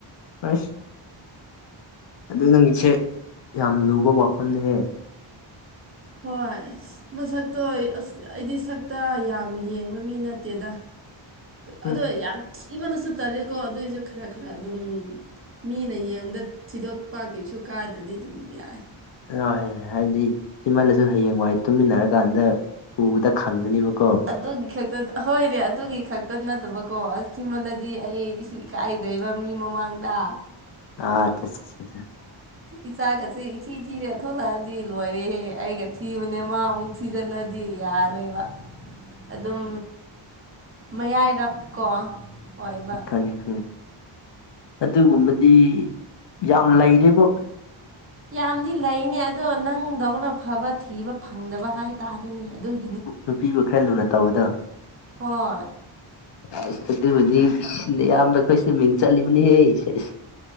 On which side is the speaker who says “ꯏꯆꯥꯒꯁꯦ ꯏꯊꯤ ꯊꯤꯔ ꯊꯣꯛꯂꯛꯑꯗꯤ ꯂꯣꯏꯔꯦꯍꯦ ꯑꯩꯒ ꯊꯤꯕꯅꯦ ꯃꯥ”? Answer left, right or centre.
Right